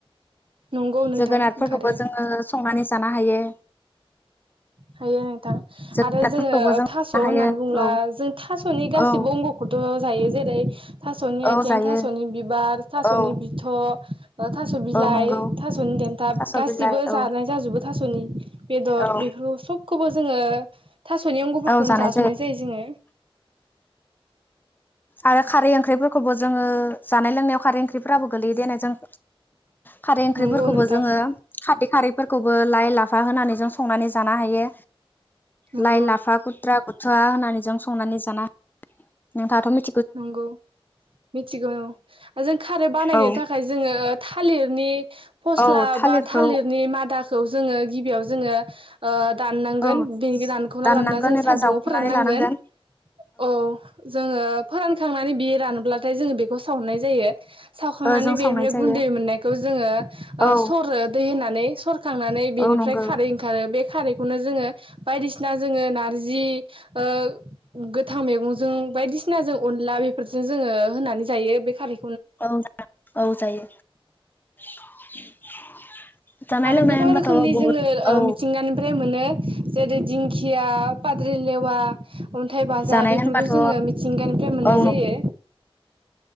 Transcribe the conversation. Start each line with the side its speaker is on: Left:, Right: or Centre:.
Right: नंगौ नोंथां
Left: जोगोनार
Right: ओंखारो
Left: फोरखौबो जोङो संनानै जानो हायो।
Right: हायो नोंथां
Left: जोगोनारफोरखौबो
Right: आरो जोङो
Left: जों जानो
Right: थास होननानै
Left: हायो
Right: बुंब्ला
Left: औ
Right: जों थासनि गाससिबो
Left: औ
Right: अंगखौथ' जायो जेरै थास'नि
Left: औ
Right: आथिं,
Left: जायो
Right: थास'नि बिबार, थास'नि
Left: औ
Right: बिथ, थास' बिलाइ,
Left: औ नंगौ
Right: थास'नि देन्थाब
Left: थास'
Right: गासिबो
Left: बिलाइ औ
Right: जानाय जाजोबो थासनि बेदर
Left: औ
Right: बेफोर सबखौबो जोङो थास'नि अंगफोरखौनो
Left: औ जानाय
Right: जाजोबनाय जायो जोङो
Left: आरो खारै ओंख्रिफोरखौबो जोङो जानाय, लोंनायाव खारै ओंख्रिफोराबो गोलै देनाय जों खारै ओंख्रिफोरखौबो
Right: नंगौ नोंथां
Left: जोङो खारै खारैफोरखौबो लाइ, लाफा होनानै जों संनानै जानो हायो।
Right: नंगौ
Left: लाय, लाफा कुट्रा बुथावा होनानै जों संनानै जाना नोंथाङाथ' मि
Right: नंगौ मिथिगौ औ आरो जों खारै बानायनो
Left: औ
Right: थाखाय जोङो थालिरनि फस्ला
Left: औ थालिरखौ
Right: बा थालिरनि मादाखौ जोङो गिबियाव जोङो ओ दाननांगोन
Left: औ
Right: बेनि दानखौना
Left: दाननांगोन
Right: लाबोना जों
Left: एबा
Right: सान्दुाव
Left: जावखुनानै
Right: फोराननांगोन।
Left: लानांगोन
Right: औ जोङो थांनानै बि रानोब्लाथाय जोङो बेखौ सावनाय जायो। सावखांनानै
Left: ओ जों
Right: बेनिफ्राय
Left: सावनाय जायो
Right: गुन्दै मोननायखौ जोङो ओ
Left: औ
Right: सरो दै होनानै। खांनानै बेनिफ्राय
Left: औ नंगौ
Right: खारै ओंखारो बे खारैखौनो जोङो बायदिसिना जोङो नारजि ओ गोथां मैगंजों बायदि सिनाजों अनला बेफोरजों जोङो होनानै जायो बे खारै
Left: औ औ जायो। <unintelligible>
Right: आरो
Left: लोंनाय
Right: गोबां
Left: होनबाथ'
Right: रोखोमनि
Left: बहुद
Right: जोङो ओ
Left: औ
Right: मिथिंगानिफ्राय मोनो जेरै दिंखिया, फाद्रि, लेवा, अन्थाइ बाजा
Left: जानाय
Right: बेफोरखौ
Left: होनबाथ'
Right: जोङो मिथिंगानिफ्राय मोननाय
Left: औ
Right: जायो।